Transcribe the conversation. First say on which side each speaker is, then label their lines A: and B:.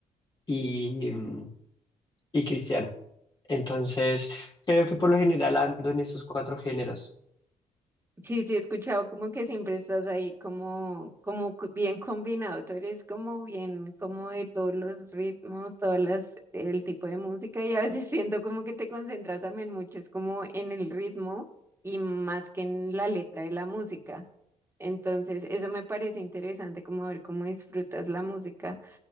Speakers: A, on the left (about 30°); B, on the right (about 15°).
A: y, mm, y cristiana. Entonces, creo que por lo general ando en esos cuatro géneros.
B: Sí, sí, he escuchado como que siempre estás ahí como, como cu- bien combinado, tú eres como bien, como de todos los ritmos, todas las, el tipo de música y a veces <laughs> siento como que te concentras también mucho, es como en el ritmo y más que en la letra de la música. Entonces, eso me parece interesante como ver cómo disfrutas la música.